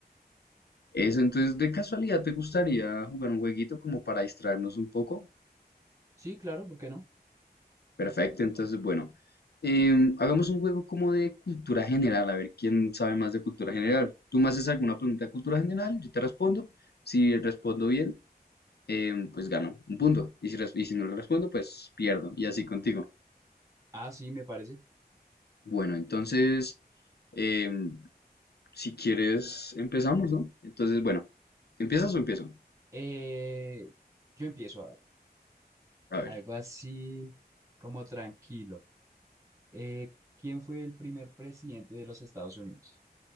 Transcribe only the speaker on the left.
Eso, entonces de casualidad, ¿te gustaría jugar un jueguito como para distraernos un poco?
Perfecto, entonces bueno, em, hagamos un juego como de cultura general, a ver quién sabe más de cultura general. Tú me haces alguna pregunta de cultura general, yo te respondo. Si respondo bien, em, pues gano un punto. Y si, res- y si no le respondo, pues pierdo. Y así contigo.
Bueno, entonces, em, si quieres, empezamos, ¿no? Entonces, bueno, ¿empiezas o empiezo?
A ver.